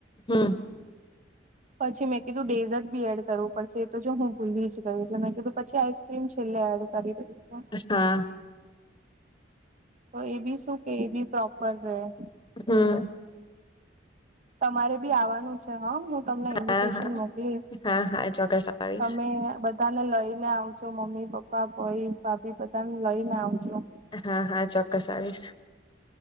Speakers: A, on the left; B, on the right.
A: હમ
B: પછી મેં કીધું ડેઝર્ટ બી એડ કરવું પડશે એ તો જો હું ભૂલી જ યું એટલે મેં કીધું પછી આઈસક્રીમ છેલ્લે એડ કરી. છું
A: હા.
B: તો એ બી શું કે એ બી પ્રોપર રહે. એટલે
A: હમ.
B: તમારે બી આવવાનું છે હા હું તમને ઇન્વિટેશન
A: હા હા
B: મોકલીશ.
A: હા હા ચોક્કસ આવીશ
B: તમે બધાને લઈને આવ છો મમ્મી પપ્પા. કોઈ ભાભી બધાને લઈને આવજો.
A: હા હા ચોક્કસ આવીશ.